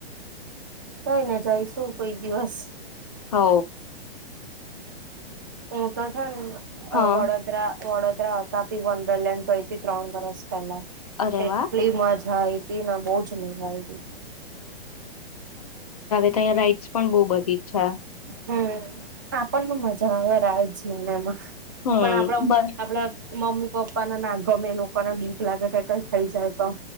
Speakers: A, on the right; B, on the left.
A: હઉ ને જયશું કોઈ દિવસ.
B: હઓ.
A: હું તો જે ને
B: હા
A: અહ વરોદરા વડોદરા હતા પી વંડરલેન્ડ ગઈ હતી ત્રણ વર્ષ પેલા
B: અરે
A: એટલી
B: વાહ
A: મજ હા એ તી ના બોજ મેડ મળીતી.
B: તહીંયા રાઈટ્સ પણ બહુ બધી છા.
A: હમ આપણ ને મજા આવે રાઇડસ ને એમાં.
B: હમ
A: પણ આપણા
B: બસ
A: આપણા મમ્મી પપ્પા નાને ના ગમે એ લોકોને બીક લાગે કે કઈ થઈ જાય તો.